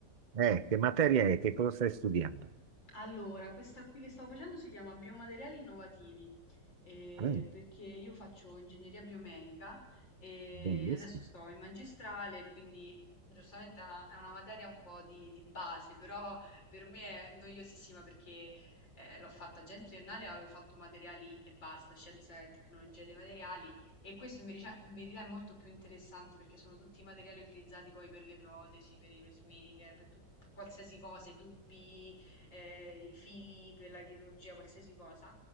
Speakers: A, on the right (about 40°); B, on the left (about 85°).
A: eh, che materia è? Che cosa stai studiando?
B: Allora, questa qui che stavo facendo si chiama Biomateriali Innovativi, eh,
A: Mm,
B: perché io faccio ingegneria biomedica e
A: bellissimo,
B: adesso sto in magistrale, quindi giustamente è una, è una materia un po' di, di base, però per me è noiosissima perché eh, l'ho fatta già in triennale, avevo fatto materiali e basta, scienza e tecnologia dei materiali, e questo in verica- in verità è molto più interessante perché sono tutti i materiali utilizzati poi per le protesi, per i pacemaker, per tut- per qualsiasi cosa, i tubi eh, i fili per la chirurgia, qualsiasi cosa.